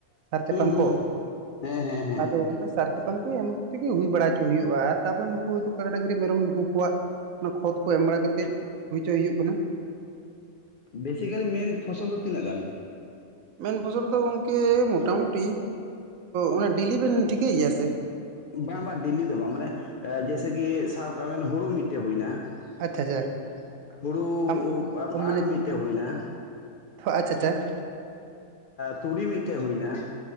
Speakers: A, on the right; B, on the left.
A: ᱥᱟᱨ ᱪᱟᱯᱟᱱ
B: ᱦᱩᱸ ᱦᱩᱸ
A: ᱠᱚ
B: ᱦᱮᱸ ᱦᱮᱸ ᱦᱮᱸ
A: ᱟᱫᱚ ᱚᱱᱟ ᱥᱟᱨ ᱪᱟᱯᱟᱱ ᱠᱚ ᱮᱢ ᱠᱟᱛᱮᱜ ᱜᱮ ᱦᱩᱭ ᱵᱟᱲᱟ ᱪᱚ ᱦᱩᱭᱩᱜᱼᱟ᱾ ᱛᱟᱯᱚᱨᱮ ᱱᱩᱠᱩ ᱠᱟᱰᱟ, ᱰᱟᱝᱨᱤ, ᱢᱮᱨᱚᱢ ᱱᱩᱠᱩ ᱠᱚᱣᱟᱜ ᱚᱱᱟ ᱠᱷᱚᱫ ᱠᱚ ᱮᱢ ᱵᱟᱲᱟ ᱠᱟᱛᱮ ᱦᱩᱭ ᱦᱚᱪᱚᱭ ᱦᱩᱭᱩᱜ ᱠᱟᱱᱟ ᱾
B: ᱵᱮᱥᱤᱠᱟᱞᱤ ᱢᱮᱱ ᱯᱷᱚᱥᱚᱞ ᱫᱚ ᱛᱤᱱᱟᱹᱜ ᱜᱟᱱ?
A: ᱢᱮᱱ ᱯᱷᱚᱥᱚᱞ ᱫᱚ ᱜᱚᱝᱠᱮ ᱢᱚᱴᱟᱢᱩᱴᱤ ᱚᱱᱟ ᱰᱮᱞᱤᱵᱮᱱ ᱴᱷᱤᱠᱟᱹᱭ ᱜᱮᱭᱟ ᱥᱮ ᱾
B: ᱵᱟᱝ, ᱵᱟᱝ ᱰᱮᱞᱤ ᱫᱚ ᱵᱟᱝ ᱢᱟᱱᱮ ᱡᱮᱭᱥᱮᱠᱤ ᱥᱟᱵ ᱠᱟᱜ ᱢᱮᱱ ᱦᱩᱲᱳ ᱢᱤᱫ ᱴᱮᱱ ᱦᱩᱭᱱᱟ
A: ᱟᱪᱪᱷᱟ ᱟᱪᱪᱷᱟ
B: ᱾ ᱦᱩᱲᱩ
A: ᱟᱢ ᱢᱟᱱᱮ
B: ᱯᱟᱴ ᱢᱤᱫ ᱴᱮᱱ ᱦᱩᱭᱱᱟ ᱾
A: ᱟᱪᱪᱷᱟ, ᱟᱪᱪᱷᱟ ᱾
B: ᱛᱩᱲᱤ ᱢᱤᱫ ᱴᱮᱱ ᱦᱩᱭᱱᱟ ᱾